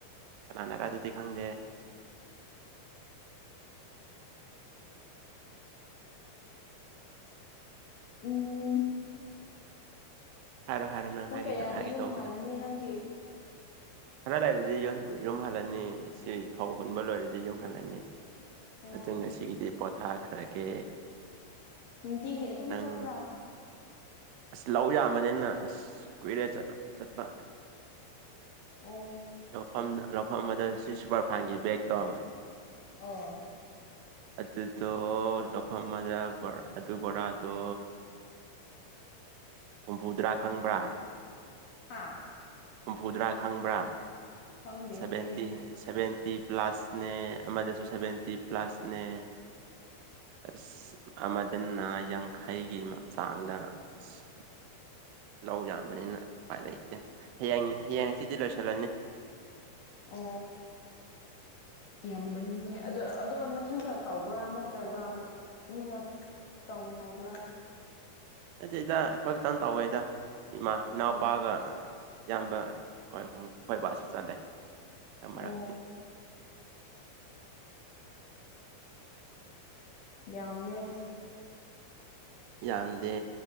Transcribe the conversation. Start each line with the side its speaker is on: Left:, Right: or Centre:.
Right: ꯀꯅꯥꯅꯔ ꯑꯗꯨꯗꯤ ꯈꯪꯗꯦ
Left: ꯎꯝ
Right: ꯍꯥꯏꯔꯣ ꯍꯥꯏꯔꯣ ꯅꯪ
Left: ꯄꯨꯡ
Right: ꯍꯥꯏꯒꯦ
Left: ꯀꯌꯥꯗꯤ
Right: ꯇꯧ ꯍꯥꯏꯒꯦ
Left: ꯌꯨꯝ
Right: ꯇꯧꯕꯗꯣ
Left: ꯍꯥꯜꯂꯅꯤ ꯅꯪꯒꯤ
Right: ꯈꯅꯥ ꯂꯩꯔꯗꯤ ꯌꯨꯝ ꯍꯜꯂꯅꯤ ꯁꯤ ꯐꯧ ꯍꯨꯟꯕ ꯂꯣꯏꯔꯗꯤ ꯌꯨꯝ ꯍꯜꯂꯅꯤ
Left: ꯑꯣ
Right: ꯑꯗꯨ ꯉꯁꯤꯒꯤꯗꯤ ꯄꯣꯊꯥꯈ꯭ꯔꯒꯦ
Left: ꯅꯨꯡꯇꯤꯒꯤ ꯑꯗꯨꯝ
Right: ꯅꯪ
Left: ꯆꯠꯄ꯭ꯔꯥ
Right: ꯑꯁ ꯂꯧ ꯌꯥꯝꯕꯅꯤꯅ ꯑꯁ ꯀꯨꯏꯔꯦ ꯆꯠꯄ
Left: ꯑꯣ
Right: ꯂꯧꯐꯝ ꯂꯧꯐꯝ ꯑꯗꯨꯗ ꯁꯤ ꯁꯨꯄꯔ ꯐꯥꯏꯥꯟꯒꯤ ꯕꯦꯛ ꯇꯧꯉ
Left: ꯑꯣ
Right: ꯑꯗꯨꯗꯣ ꯂꯧꯐꯝ ꯑꯃꯗ ꯑꯗꯨ ꯕꯣꯔꯥꯗꯣ ꯍꯨꯝꯐꯨꯇꯔꯥ ꯈꯪꯕ꯭ꯔꯥ
Left: ꯍꯥꯥ
Right: ꯍꯨꯝꯐꯨꯗꯔꯥ ꯈꯪꯕ꯭ꯔꯥ
Left: ꯈꯪꯗꯦꯅꯦ
Right: ꯁꯚꯦꯟꯇꯤ ꯁꯦꯚꯦꯟꯇꯤ ꯄ꯭ꯂꯁꯅꯦ ꯑꯃꯗꯁꯨ ꯁꯚꯦꯟꯇꯤ ꯄ꯭ꯂꯁꯅꯦ ꯑꯁ ꯑꯃꯗꯅ ꯌꯥꯡꯈꯩꯒꯤ ꯍꯛꯆꯥꯡꯗ ꯑꯁ ꯂꯧ ꯌꯥꯝꯕꯅꯤꯅ ꯎꯄꯥꯏ ꯂꯩꯇꯦ ꯍꯌꯦꯡ ꯍꯌꯦꯡꯁꯤꯗꯤ ꯂꯣꯏꯁꯤꯜꯂꯅꯤ
Left: ꯑꯣ ꯌꯥꯝ ꯃꯅꯤꯡꯅꯦ ꯑꯗ ꯑꯗꯣ ꯃꯊꯟꯒ ꯇꯧꯕ꯭ꯔꯥ ꯅꯠꯇ꯭ꯔꯒ ꯃꯤꯒ ꯇꯧꯃꯤꯟꯅꯕ꯭ꯔꯥ
Right: ꯑꯗꯨꯗꯤꯗ ꯑꯩꯈꯣꯏ ꯈꯤꯇꯪ ꯇꯧꯋꯦꯗ ꯏꯃꯥ ꯏꯅꯥꯎꯄꯥꯒ
Left: ꯑꯣ
Right: ꯏꯌꯥꯝꯕ ꯍꯣꯏ ꯍꯣꯏ ꯕꯥꯁꯁꯨ ꯆꯠꯂꯦ
Left: ꯑꯣ
Right: ꯃꯔꯛ
Left: ꯌꯥꯝꯃꯦ
Right: ꯌꯥꯟꯗꯦ